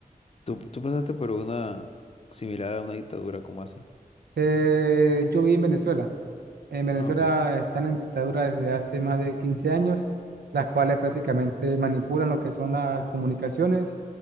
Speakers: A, on the left (about 40°); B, on the right (about 85°).
A: Tú, tú pasaste por una similar a una dictadura, ¿como así?
B: Eh, yo viví en Venezuela. En Venezuela
A: Ah, ok.
B: están en dictadura desde hace más de 15 años, las cuales prácticamente manipulan lo que son las comunicaciones,